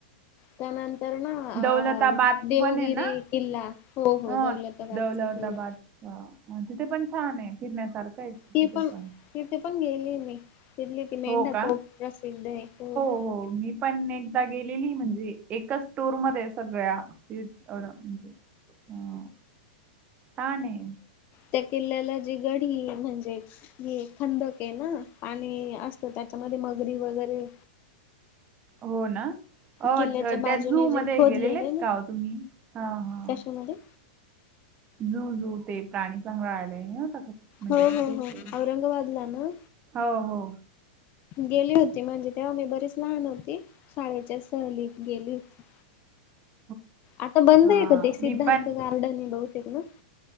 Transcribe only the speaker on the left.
त्यानंतर ना अ
देवगिरी
किल्ला. हो हो
दौलताबादचा
किल्ला.
तिथेपण
गेलेली आहे मी. तिथली ती मेंढा
तोप प्रसिद्ध आहे. हो
त्या किल्ल्याला जी गडी म्हणजे हे खंदक आहे ना. पाणी असतं त्याच्यामध्ये. मगरी वगैरे
किल्ल्याच्या बाजूने
जे
खोदलेले
ना
कशामध्ये
हो
हो हो
औरंगाबादला ना.
गेली होती. म्हणजे तेव्हा मी बरीच लहान होती. शाळेच्या सहलीत गेली होती.
आता बंद
आहे का ते? सिद्धार्थ
गार्डन आहे बहुतेक ना.